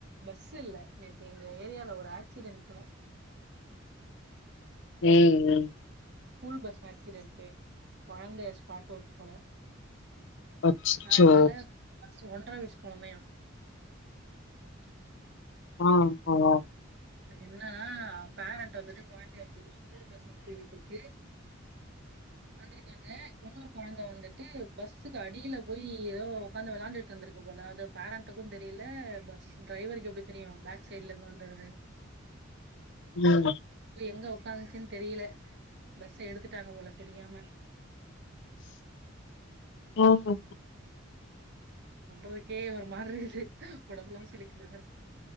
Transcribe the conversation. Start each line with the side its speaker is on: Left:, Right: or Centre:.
Right: பஸ் இல்ல நேத்தி எங்க ஏரியால ஒரு ஆக்சிடென்ட் போல
Left: ம் ம்
Right: ஸ்கூல் பஸ் ஆக்சிடென்டு கொழந்த ஸ்பாடவுட் போல
Left: அச்சச்சோ
Right: அதனால பஸ் ஒன்ற வயசு கொழந்தையா
Left: ஆ ஆமா
Right: அதுக் என்னன்ன அவங்க பேரண்ட் வந்துட்டு கொழந்தய வந்துட்டு ஸ்கூல் பஸ்ஸ ஏத்தி விட்டுட்டு வந்துரு க்காங்க இன்னொரு கொழந்த வந்துட்டு பஸ்ஸுக்கு அடியில போய் ஏதோ உக்காந்து விளாண்டுட்டு இருந்திருக்கு போல அத பேரண்ட்டுக்கு தெரியல பஸ் டிரரைவருக்கு எப்டி தெரியு பேக் சைட்ல இருந்து வந்தது
Left: ம்
Right: எங்க உக்காந்துச்சின்னு தெரியல பஸ் எடுத்துட்டாங்க போல தெரியாம
Left: ஆ ஆ ஆ
Right: சொல்றக்கே ஒரு மாரி இருக்குது ஒடம்புலா சிலிக்குது